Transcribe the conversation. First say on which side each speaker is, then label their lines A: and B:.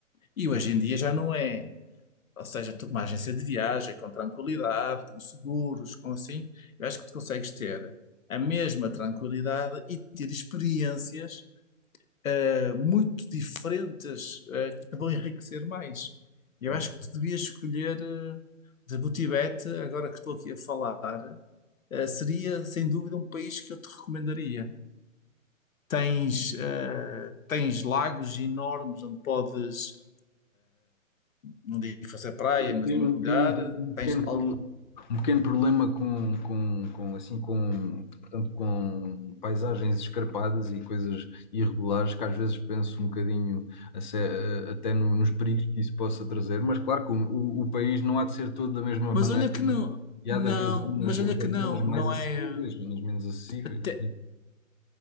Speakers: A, on the left; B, on the left.
A: E
B: sim.
A: hoje em dia já não é. Ou seja, tu com uma agência de viagem, com tranquilidade, com seguros, com assim, eu acho que tu consegues ter a mesma tranquilidade e ter experiências eh, muito diferentes eh, que te vão enriquecer mais. Eu
B: Claro.
A: acho que tu devias escolher, eh, por exemplo, o Tibete, agora que estou aqui a falar, eh, seria sem dúvida um país que eu te recomendaria. Tens, eh, tens lagos enormes onde podes, não digo fazer praia,
B: Eu
A: mas
B: tenho,
A: mergulhar,
B: tenho um,
A: eh,
B: um
A: tens
B: pequeno, pro-
A: al-
B: um pequeno problema com, com, com, assim, com, portanto, com paisagens escarpadas e coisas irregulares que às vezes penso um bocadinho a se- a- até no- nos perigos que isso possa trazer, mas claro que o, o- o país não há de ser todo da mesma
A: Mas
B: maneira,
A: olha que
B: não
A: não,
B: é? E
A: não,
B: há de haver zonas,
A: mas olha que não,
B: zonas mais
A: não
B: acessíveis,
A: é.
B: zonas menos acessíveis.
A: até-